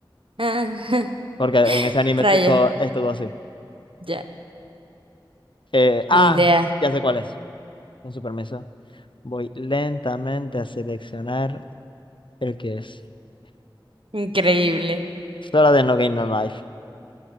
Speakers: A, on the right (about 80°); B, on the left (about 70°).
A: Ah, <laughs>
B: porque en ese anime
A: Rayo,
B: t- todo es todo así.
A: ya.
B: Eh, ah,
A: Ni idea.
B: ya sé cuál es. Con su permiso, voy lentamente a seleccionar el que es.
A: Increíble.
B: Sora de No Game No Life.